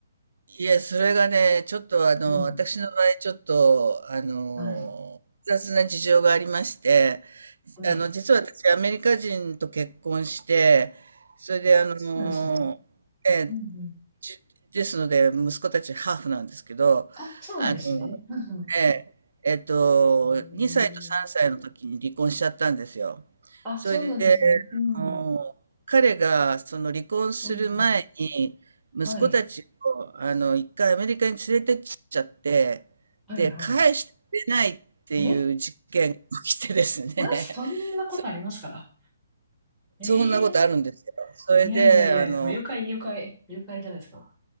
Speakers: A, on the right (about 80°); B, in the centre.
A: いや、それがね、ちょっとあの、
B: うん。
A: 私の場合、ちょっと、あの、
B: はい。
A: 複雑な事情がありまして、
B: はい。
A: あの、実は私、アメリカ人と結婚して、それで、あの、
B: そうなんですね。
A: え
B: うんうん。
A: ちですので、息子たちハーフなんですけど、
B: あ、そうなんですね。
A: あの、
B: うん
A: ええ、えっと、
B: うん。
A: 2歳と3歳の時に離婚しちゃったんですよ。
B: へーあ、
A: それで、
B: そうなんですね。うん。
A: あの、彼がその離婚する前に、
B: うんうん。
A: 息子たちを、
B: はい。
A: あの、一回アメリカに連れてっちゃって、
B: はいはい。
A: で、返してくれないっていう事件が起きてですね、
B: え、まずそんなことありますか
A: <laughs> そ、
B: ええ
A: そんなことあるんですよ。それで、
B: いやいやいや、
A: あの、
B: 誘拐、誘拐、誘拐じゃないですか。